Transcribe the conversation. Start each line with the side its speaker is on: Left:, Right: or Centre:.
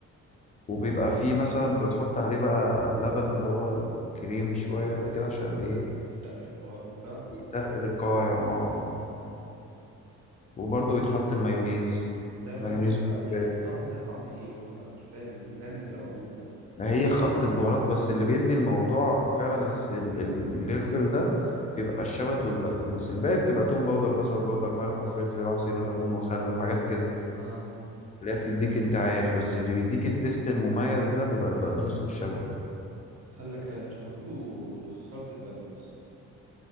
Left: وبيبقى فيه مثلا انت بتحط عليه بقى اللبن اللي هو الكريمي شوية ده كده عشان ايه
Right: يتقل القوام وبتاع
Left: يتقل القوام اه
Right: امم
Left: وبرضه بيتحط مايونيز
Right: ده الرانش
Left: مايونيز
Right: بقى
Left: وزبادي
Right: يعني الطعم ده طعم ايه برضه ما انا مش فاهم اللي مجنن العقول ده
Left: ما هي خلطة بهارات بس اللي بيدي الموضوع فعلا الس- ال- ال- الليفل ده بيبقى الشبت والبقدونس الباقي بتبقى توم باودر بصل باودر ملح وفلفل وعصير ليمون وخل وحاجات كده
Right: اه
Left: اللي هي بتديك انتعاش بس اللي بيديك التيست المميز ده بيبقى البقدونس والشبت
Right: قال لك رانش ما تقولوا سلطة بقدونس